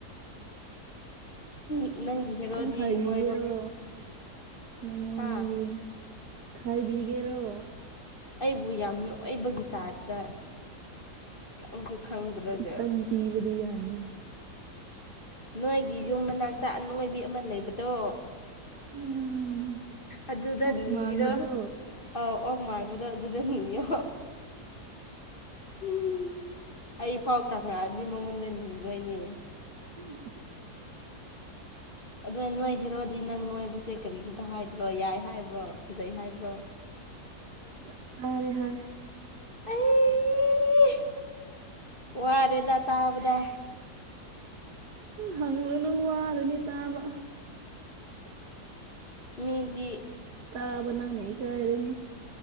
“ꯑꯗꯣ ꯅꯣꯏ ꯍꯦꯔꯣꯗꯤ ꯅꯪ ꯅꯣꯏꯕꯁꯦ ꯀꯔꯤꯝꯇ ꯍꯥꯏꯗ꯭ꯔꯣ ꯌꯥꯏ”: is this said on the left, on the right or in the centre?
Left